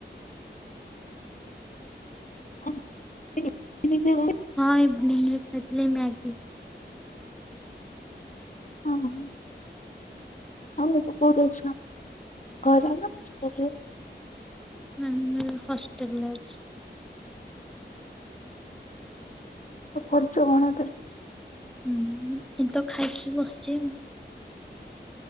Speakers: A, on the left; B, in the centre.
A: <unintelligible>
B: ହଁ ଇଭିନିଙ୍ଗ ରେ ଖାଇଥିଲି ମ୍ୟାଗି।
A: ହଁ ହଁ। ଆଉ ଏବେ କୋଉଠି ଅଛ ଘରେ ନା ହଷ୍ଟେଲ ରେ?
B: ହୁଁ ହଷ୍ଟେଲ ରେ ଅଛି।
A: <unintelligible> ଚନା ତ
B: ହୁଁ ଏନେତ ଖାଇକି ବସିଛି ଆଉ।